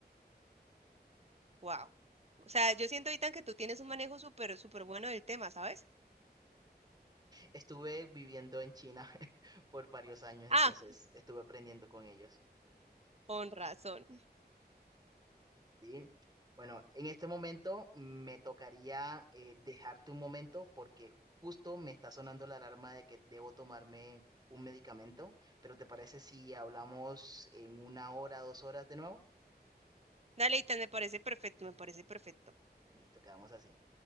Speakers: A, on the right; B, on the right.
A: Wow. O sea, yo siento, Itan, que tú tienes un manejo súper, súper bueno del tema, ¿sabes?
B: Estuve viviendo en China <laughs> por varios años, entonces
A: Ah,
B: estuve aprendiendo con ellos,
A: con razón.
B: ¿sí? Bueno, en este momento me tocaría eh, dejarte un momento porque justo me está sonando la alarma de que debo tomarme un medicamento, pero ¿te parece si hablamos en una hora, dos horas de nuevo?
A: Dale, Itan, me parece perfecto, me parece perfecto.
B: Listo, quedamos así.